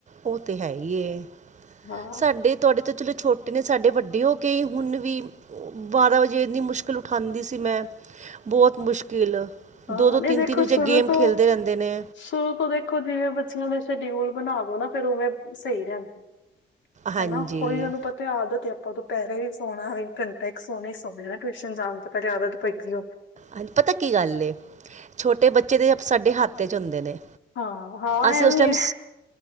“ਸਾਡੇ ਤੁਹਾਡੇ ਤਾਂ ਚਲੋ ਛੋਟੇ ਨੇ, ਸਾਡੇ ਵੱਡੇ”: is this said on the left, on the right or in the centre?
Right